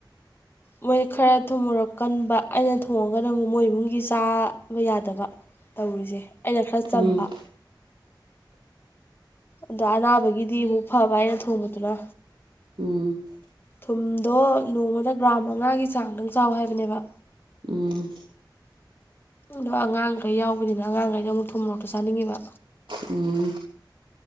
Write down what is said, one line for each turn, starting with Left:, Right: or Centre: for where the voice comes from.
Left: ꯃꯣꯏ ꯈꯔ ꯊꯨꯝ ꯃꯣꯔꯣꯛ ꯀꯟꯕ ꯑꯩꯅ ꯊꯣꯡꯉꯒꯅ ꯑꯃꯨꯛ ꯃꯣꯏ ꯏꯃꯨꯡꯒꯤ ꯆꯥꯕ ꯌꯥꯗꯕ꯫ ꯇꯧꯔꯤꯁꯦ ꯑꯩꯅ ꯈꯔ ꯆꯝꯕ꯫
Right: ꯎꯝ
Left: ꯑꯗ ꯑꯅꯥꯕꯒꯤꯗꯤ ꯑꯃꯨꯛ ꯐꯕ ꯑꯩꯅ ꯊꯣꯡꯕꯗꯨꯅ꯫
Right: ꯎꯝ꯫
Left: ꯊꯨꯝꯗꯣ ꯅꯣꯡꯃꯗ ꯒ꯭ꯔꯥꯝ ꯃꯉꯥꯒꯤ ꯆꯥꯡꯗꯪ ꯆꯥꯎ ꯍꯥꯏꯕꯅꯦꯕ꯫
Right: ꯎꯝ꯫
Left: ꯑꯗꯣ ꯑꯉꯥꯡꯈꯩ ꯌꯥꯎꯕꯅꯤꯅ ꯑꯉꯥꯡꯒꯩꯅ ꯑꯃꯨꯛ ꯊꯨꯝ ꯃꯔꯣꯛꯇꯣ ꯆꯥꯅꯤꯡꯉꯤꯕ꯫
Right: ꯎꯝ